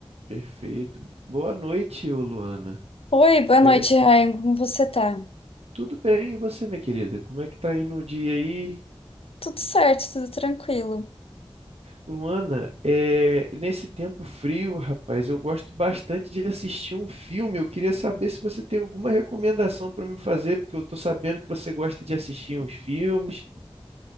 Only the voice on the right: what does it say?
Perfeito. Boa noite, ô Luana.
É,
tudo bem, e você, minha querida? Como é que tá indo o dia aí?
Luana, é, nesse tempo frio, rapaz, eu gosto bastante de assistir um filme. Eu queria saber se você tem alguma recomendação para me fazer, porque eu tô sabendo que você gosta de assistir uns filmes.